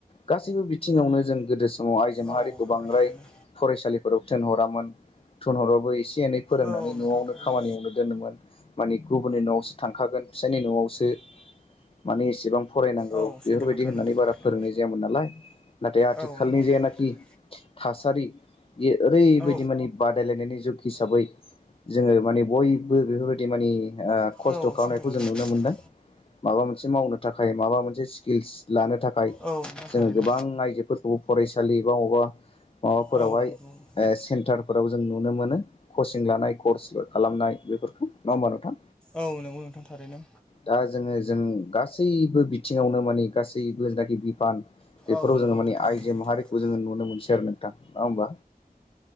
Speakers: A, on the left; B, in the centre.
A: गाससिबो बि बिथिङावनो जों गोदो समाव आइजो माहारिखौ
B: औ नोंथां
A: बांद्राय
B: थारैनो
A: फरायसालिफोराव थिनहरामोन थुनहराबो एसे एनै फोरोंनानै
B: औ नोंथां
A: न'आवनो
B: थारैनो
A: खामानियावनो दोनोमोन। माने गुबुननि न'आवसो थांखागोन फिसायनि न'आवसो माने एसेबां। फरायनांगौ
B: औ
A: बेफोरबायदि
B: सैथो बाथ्रा
A: होननानै
B: नोंथां
A: बारा
B: थारैनो
A: फोरोंनाय जायामोन नालाय। नाथाय आथिखालनि
B: औ नंगौ
A: जेनाखि
B: नोंथां थारैनो
A: थासारि। बियो ओरैबायदि
B: औ
A: माने बादायलायनायनि जुग हिसाबै जोंङो माने बयबो बेफोरबायदि माने। खस्थ'
B: औ
A: खालामनायखौ
B: सैथो बाथ्रा
A: जों नुनो
B: नोंथां
A: मोनदों। माबा मोनसे मावनो थाखाय माबा मोनसे स्किल्स लानो थाखाय
B: औ नोंथां
A: जोंङो
B: थारैनो
A: गोबां आइजोफोरखौ। फरायसालि बा बबेबा माबाफोरावहाय
B: औ नंगौ नोंथां
A: सेन्टार फोराव जों नुनो मोनो कचिं लानाय कर्स खालामनाय बेफोरखौ नंङा होमबा नोंथां
B: औ नंगौ नोंथां थारैनो
A: दा जोङो जों गासैबो बिथिंङावनो माने गासैबो जेनाखि बा बेफोराव
B: औ नंगौ
A: जोंङो
B: नोंथां
A: माने
B: थारैनो
A: आयजो
B: सैथो
A: माहारिखौ
B: बाथ्रा
A: जोंङो नुनो मोनसै आरो ना नोंथां नंङा होनबा